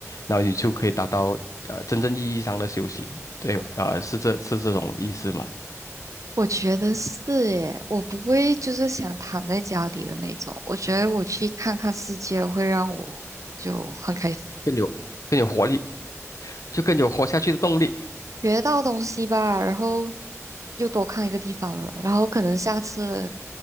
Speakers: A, on the left; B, on the right.
A: 然后你就可以达到呃真正意义上的休息，对吧？啊、是这是这种意思吗？
B: 我觉得是耶，我不会就是想躺在家里的那种。我觉得我去看看世界会让我就很开心，
A: 更有更有活力，就更有活下去的动力。
B: 学到东西吧，然后又多看一个地方了，然后可能下次